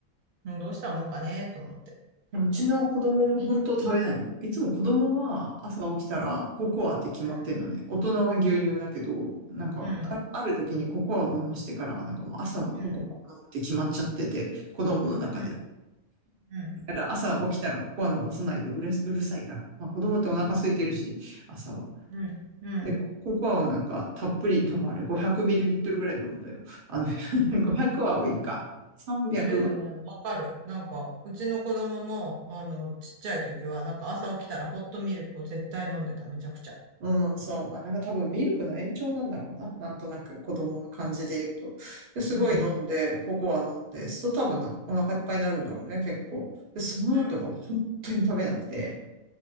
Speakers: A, on the right; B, on the right.
A: うん、どうしたもんかね、と思って。
B: うちの子供も本当食べないよ。いつも子供は朝起きたらココアって決まってんのね。
A: うん、
B: 大人は牛乳だけど、なんかあ、
A: うん、
B: ある時にココアを飲ましてから、なんかもう朝はココアを飲むって決まっちゃってて、
A: うん、
B: 子供の中で。
A: うん、うん、
B: だから朝起きたらココア飲まさないとうる、うるさいから。まあ子供ってお腹空いてるし、朝は。
A: うん、うん。うん
B: で、ココアをなんかたっぷり多分あれ 500ml ぐらい飲むのよ。あの、<laughs>
A: うん、
B: 500は多いか。
A: うん、うん。
B: 300
A: いや、でもね、わかる。なんか、うちの子供も、あの、ちっちゃい時は、なんか朝起きたらホットミルクを絶対飲んでた、めちゃくちゃ。
B: うん、そう。まあなんか多分ミルクの延長なんだろうな。なんとなく子供の感じで言うと。ですごい飲んで、
A: うん、うん。
B: ココア飲んで、そうすると多分なお腹いっぱいになるんだろうね、結構。で、その後が本当に食べなくて、
A: うん、